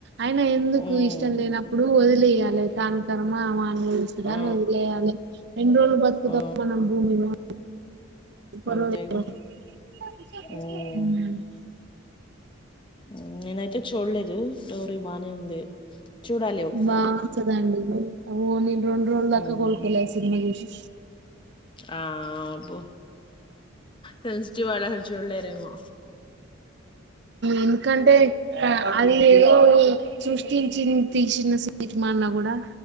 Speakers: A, on the right; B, on the left.
A: అయిన ఎందుకు
B: ఉమ్
A: ఇష్టం లేనప్పుడు వదిలేయ నెలైతాంద్ కర్మా మని విధానంల
B: ఆ
A: వదిలేయాలి ఎన్రోలు బతుకుతాం
B: ఆ
A: మనం భూమి మీద <inaudible>
B: అంతేగా ఉమ్ మ్ నేనైతే చూడలేదు స్టోరీ బానే ఉంది చూడాలి ఒకసారి
A: బా చూడండి ఓనిమ్ రెండ్రోలు దాక
B: ఉమ్
A: కోలుకోలే ఆ సినిమా చూసి
B: ఆ అబ్బో సెన్సిటివ్ వాళ్ళు అసలు చూడలేరేమో
A: ఎందుకంటే అది ఏదో సృష్టించి తీసిన సర్మాన్నా కూడా